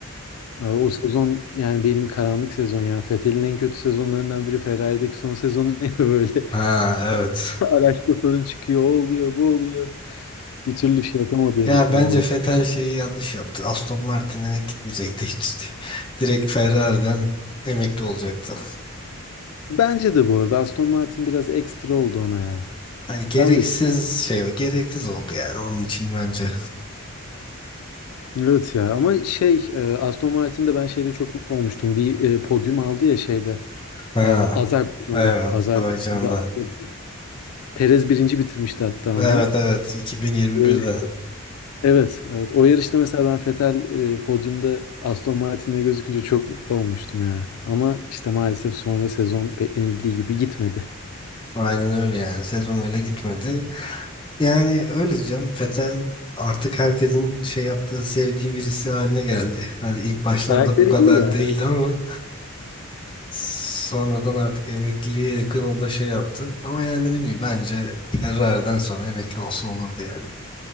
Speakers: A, on the left (about 80°); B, on the left (about 20°).
A: Abi o sezon yani benim karanlık sezon ya. Vettel'in en kötü sezonlarından biri Ferrari'deki son sezonu <laughs> ya böyle.
B: Ha evet.
A: Araçta sorun çıkıyor, o oluyor, bu oluyor. Bir türlü şey yapamadı
B: Ya
A: herif ya.
B: bence
A: o.
B: Vettel şeyi yanlış yaptı. Aston Martin'e gitmeyecekti hiç. Direkt Ferrari'den emekli olacaktı.
A: Bence de bu arada Aston Martin biraz ekstra oldu ona ya.
B: Hani gereksiz
A: Ben de çok...
B: şey, gereksiz oldu yani onun için bence.
A: Evet ya ama şey e, Aston Martin'de ben şeyde çok mutlu olmuştum. Bir e, podyum aldı ya şeyde.
B: Ha,
A: e, Azerbaycan'da.
B: evet,
A: Azerbaycan'da
B: Azerbaycan'da.
A: aldı. Perez birinci bitirmişti hatta
B: Evet
A: onu.
B: evet 2021'de.
A: Evet. Evet, evet. O yarışta mesela ben Vettel e, podyumda Aston Martin'le gözükünce çok mutlu olmuştum ya. Ama işte maalesef sonra sezon beklenildiği gibi gitmedi.
B: Aynen öyle yani. Sezon öyle gitmedi. Yani öyle canım. Fetel artık herkesin şey yaptığı, sevdiği birisi haline geldi. Hani ilk başlarda
A: Karakteri
B: bu kadar
A: iyi yani.
B: değildi ama sonradan artık emekliliğe yakın o da şey yaptı. Ama yani dediğim gibi bence Ferrari'den sonra emekli olsa olurdu yani.